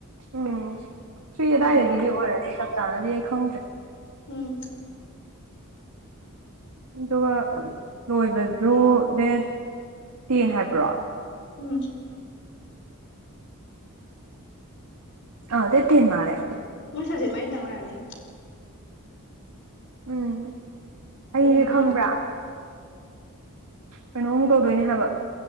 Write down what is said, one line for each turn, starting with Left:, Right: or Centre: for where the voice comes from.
Right: ꯎꯝ ꯁꯨꯏ ꯑꯋꯥꯏꯗꯒꯤꯗꯤ
Left: ꯀꯌꯥ ꯂꯩꯗꯣꯏꯕ
Right: ꯑꯣꯏꯔꯅꯤ ꯆꯞ ꯆꯥꯅꯗꯤ ꯑꯩ ꯈꯪꯗ꯭ꯔꯦ
Left: ꯎꯝ
Right: ꯑꯗꯨꯒ ꯂꯣꯏꯕꯗꯨ ꯗꯦꯠ ꯇꯦꯟ ꯍꯥꯏꯕ꯭ꯔꯣ
Left: ꯎꯝ
Right: ꯑ ꯑꯗꯨꯦꯇꯤ ꯅꯅꯥꯂꯦ
Left: ꯃꯣꯏꯁ ꯍꯧꯖꯤꯛ ꯃꯔꯤ ꯇꯪꯅꯔꯑꯅꯤ
Right: ꯎꯝ
Left: ꯍꯔꯃꯂ
Right: ꯑꯩꯁꯦ ꯈꯪꯕ꯭ꯔꯥ ꯀꯩꯅꯣꯃꯨꯛ ꯇꯧꯗꯣꯏꯅꯦ ꯍꯥꯏꯕ